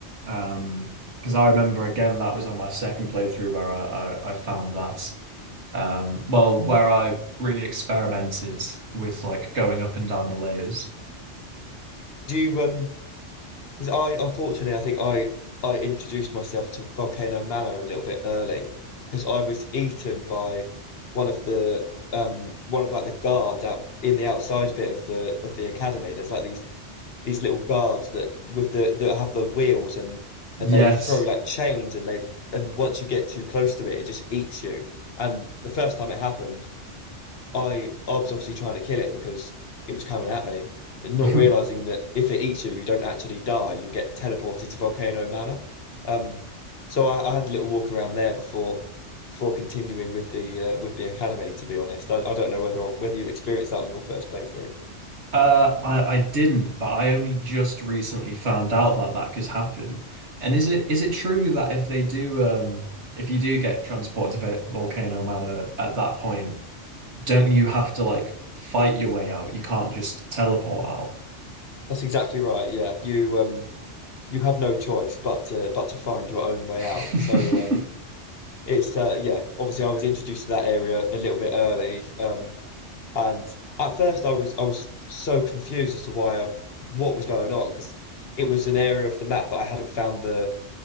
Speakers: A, on the right (about 70°); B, on the left (about 55°).
A: Um, because I remember again that was on my second playthrough where I, I, I found that. Um, well, where I really experimented with like going up and down the layers.
B: Do you um? 'Cause I, unfortunately, I think I, I introduced myself to Volcano Manor a little bit early because I was eaten by one of the, um, one of like the guards out in the outside bit of the, of the academy. There's like these, these little guards that with the, that have the wheels and,
A: Yes.
B: and they throw like chains and they, and once you get too close to it, it just eats you. And the first time it happened, I I was obviously trying to kill it because it was coming at me, not
A: <laughs>
B: realizing that if it eats you, you don't actually die. You get teleported to Volcano Manor. Um, so I, I had a little walk around there before before continuing with the uh, with the academy. To be honest, I, I don't know whether whether you experienced that on your first playthrough.
A: Uh, I, I didn't, but I only just recently found out that that could happen. And is it is it true that if they do, um, if you do get transported to Vo- Volcano Manor at that point, don't you have to like fight your way out? You can't just teleport out.
B: That's exactly right. Yeah, you um you have no choice but to but to find your own way
A: <laughs>
B: out. So um. It's uh yeah, obviously I was introduced to that area a little bit early, um, And at first, I was I was so confused as to why I, what was going on because it was an area of the map that I hadn't found the